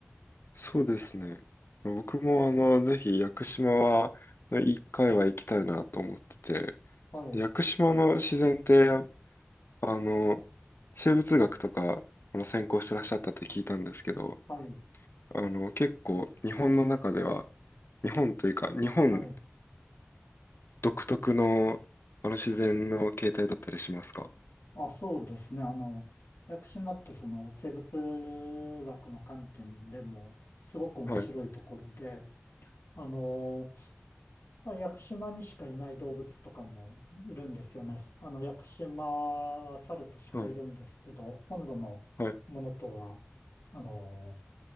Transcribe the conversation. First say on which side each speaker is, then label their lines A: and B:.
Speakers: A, on the left; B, on the left.
A: そうですね。僕も、あの、ぜひ、屋久島は、一回は行きたいなと思ってて、
B: はい。
A: 屋久島の自然って、あの、生物学とか、あの、専攻してらっしゃったって聞いたんですけど、
B: はい、
A: あの、結構、日本の中では、日本というか、日本
B: はい。
A: 独特の、あの、自然の形態だったりしますか
B: あ、そうですね。あの、屋久島ってその生物学の観点でもすごく面白いところで、
A: はい、
B: あの、まあ、屋久島にしかいない動物とかもいるんですよね。あの、屋久島は猿としかいるんですけど、
A: はい、
B: 本土のものとは、
A: はい、
B: あの、